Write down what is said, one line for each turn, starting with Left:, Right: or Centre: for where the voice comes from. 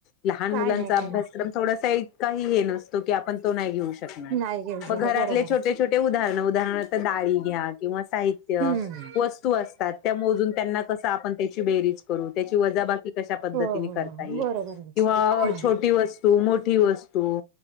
Left: लहान
Right: काय
Left: मुलांचा
Right: नाही काय
Left: अभ्यासक्रम
Right: नाही
Left: थोडासा इतकाही हे नसतो की आपण तो नाही घेऊ शकत.
Right: नाही घेऊ
Left: मग
Right: शकत
Left: घरातले
Right: बरोबर
Left: छोटे
Right: आहे
Left: छोटे उदाहरण उदाहरणार्थ डाळी घ्या किंवा साहित्य
Right: हम्म
Left: वतू असतात त्या मोजून त्यांना कस आपण त्याची बेरीज क - रून त्याची वजाबाकी कशा पद्धतीन
Right: हो हो
Left: करता
Right: हो
Left: येईल
Right: बरोबर आहे.
Left: किंवा छोटी वस्तू तू मोठी वस्तू.